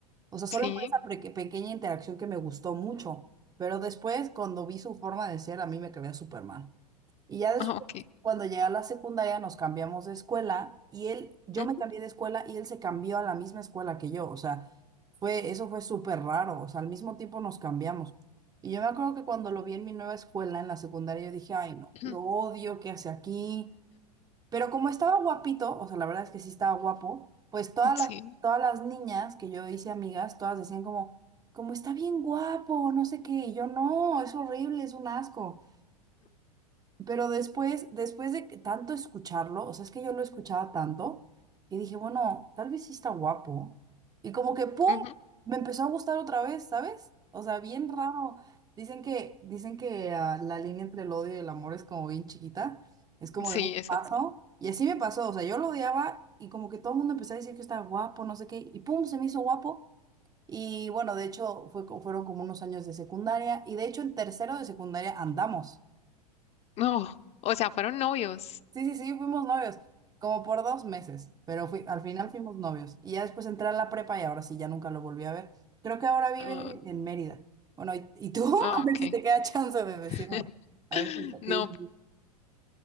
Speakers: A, on the right; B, on the left.
A: O sea, solo
B: Sí.
A: por esa peque- pequeña interacción que me gustó mucho. Pero después, cuando vi su forma de ser, a mí me caía súper mal. Y ya después,
B: Ah, ok.
A: cuando llegué a la secundaria, nos cambiamos de escuela y él, yo
B: Ujú.
A: me cambié de escuela y él se cambió a la misma escuela que yo. O sea, fue, eso fue súper raro. O sea, al mismo tiempo nos cambiamos. Y yo me acuerdo que cuando lo vi en mi nueva escuela, en la secundaria, yo dije, ay, no,
B: <clears throat>
A: lo odio, ¿qué hace aquí? Pero como estaba guapito, o sea, la verdad es que sí estaba guapo, pues todas
B: Sí.
A: las, todas las niñas que yo hice amigas, todas decían como, como está bien guapo, no sé qué, y yo no, es horrible, es un asco. Pero después, después de que tanto escucharlo, o sea, es que yo lo escuchaba tanto, y dije, bueno, tal vez sí está guapo. Y como que, ¡pum!
B: Ujú.
A: Me empezó a gustar otra vez, ¿sabes? O sea, bien raro. Dicen que, dicen que ah, la línea entre el odio y el amor es como bien chiquita, es como
B: Sí,
A: de un
B: exacto.
A: paso. Y así me pasó, o sea, yo lo odiaba y como que todo el mundo empezó a decir que estaba guapo, no sé qué, y ¡pum! Se me hizo guapo. Y bueno, de hecho, fue, co- fueron como unos años de secundaria, y de hecho en tercero de secundaria andamos.
B: No, o sea, fueron novios.
A: Sí, sí, sí, fuimos novios, como por dos meses, pero fui, al final fuimos novios. Y ya después entré a la prepa y ahora sí, ya nunca lo volví a ver. Creo que ahora vive
B: Ah,
A: en Mérida. Bueno, ¿y, y tú? <laughs>
B: ah,
A: A ver
B: ok.
A: si te queda chance de decirme.
B: <laughs>
A: A ver si
B: No,
A: tienes...